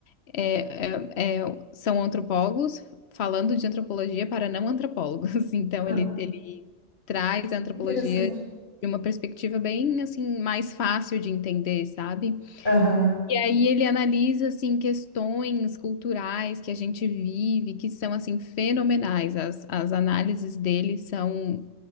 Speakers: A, on the left (about 60°); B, on the left (about 40°).
A: é, é- é- são antropólogos falando de antropologia para não antropólogos. <laughs> Então
B: <laughs>
A: ele, ele traz a antropologia
B: Interessante.
A: de uma perspectiva bem assim mais fácil de entender, sabe?
B: Aham.
A: E aí ele analisa assim questões culturais que a gente vive, que são assim fenomenais. As, as análises dele são